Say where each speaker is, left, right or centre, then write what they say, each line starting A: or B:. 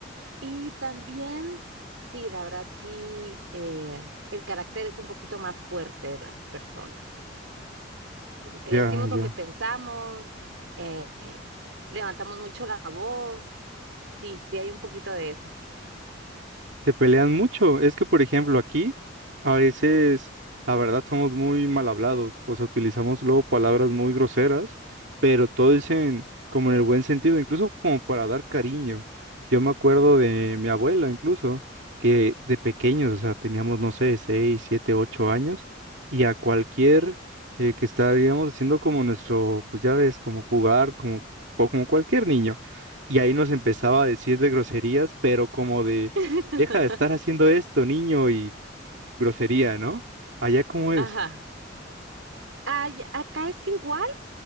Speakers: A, on the right; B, on the right.
A: Y también, sí, la verdad, sí, eh, el carácter es un poquito más fuerte de las personas. Como que
B: ya,
A: decimos
B: ya.
A: lo que pensamos, eh, eh, levantamos mucho la voz. Sí, sí, hay un poquito de eso.
B: Se pelean mucho. Es que, por ejemplo, aquí a veces, la verdad, somos muy mal hablados. O sea, utilizamos luego palabras muy groseras, pero todo es en, como en el buen sentido, incluso como para dar cariño. Yo me acuerdo de mi abuela, incluso, que de pequeños, o sea, teníamos, no sé, seis, siete, ocho años, y a cualquier eh, que estaríamos haciendo como nuestro, pues ya ves, como jugar, como, o como cualquier niño. Y ahí nos empezaba a decir de groserías, pero como de
A: <laughs>
B: deja de estar haciendo esto, niño, y grosería, ¿no? Allá cómo
A: Ajá.
B: es.
A: Ay, acá es igual,